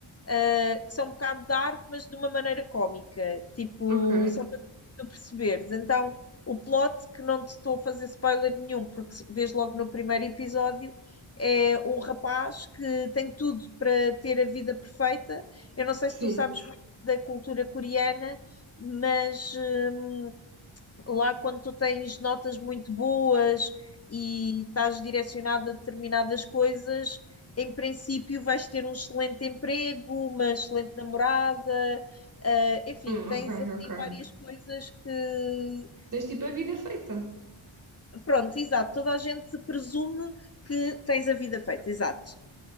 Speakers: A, on the left (about 30°); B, on the right (about 40°).
A: ah, que são um bocado dark, mas de uma maneira cómica, tipo,
B: ok.
A: só para tu perceberes. Então, o plot, que não te estou a fazer spoiler nenhum, porque se- vês logo no primeiro episódio, é um rapaz que tem tudo para ter a vida perfeita. Eu não sei se
B: Sim.
A: tu sabes muito da cultura coreana, mas. hum, Lá, quando tu tens notas muito boas e estás direcionado a determinadas coisas, em princípio vais ter um excelente emprego, uma excelente namorada, eh, enfim,
B: Hum,
A: tens
B: ok,
A: assim
B: ok.
A: várias coisas que.
B: Tens tipo a vida feita.
A: Pronto, exato, toda a gente presume que tens a vida feita, exato.